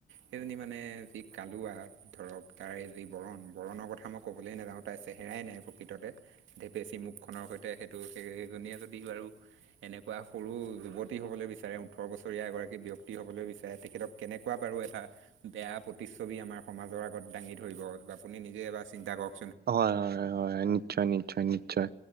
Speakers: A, on the right; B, on the right.
A: সেইজনী মানে যি- কালুৱা ধৰক তাৰে যি বৰণ বৰণৰ কথা মই ক'বলৈয়ে নাযাওঁ তাইৰ চেহেৰাই নাই প্ৰকৃততে। ধেপেচী মুখনৰ সৈতে সেইটো সেইকেইজনীয়ে যদি বাৰু এনেকুৱা সৰু যুৱতী হ'বলৈ বিচাৰে ওঠৰ বছৰীয়া এগৰাকী ব্যক্তি হ'বলৈ বিচাৰে তেখেতক- কেনেকুৱা বাৰু এটা বেয়া, প্ৰত্ৰিছবি আমাৰ সমাজৰ আগত দাঙি ধৰিব আপুনি নিজে এবাৰ চিন্তা কৰক।
B: হয়, হয়, হয়, হয়, হয়, নিশ্চয়, নিশ্চয়, নিশ্চয়।